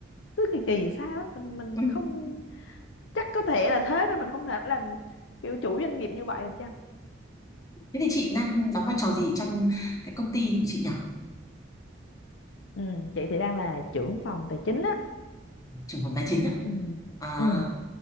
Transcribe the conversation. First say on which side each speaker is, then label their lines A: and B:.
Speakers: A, on the left; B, on the left.
A: cứ kỳ kỳ sao á, mình mình
B: <laughs>
A: không chắc có thể là thế nên mình không thể làm kiểu chủ doanh nghiệp như vậy được chăng
B: thế thì chị đang đóng vai trò gì trong cái công ty của chị nhỉ
A: ừ, chị thì đang là trưởng phòng tài chính á
B: trưởng phòng tài chính á
A: ừ
B: à
A: ừ,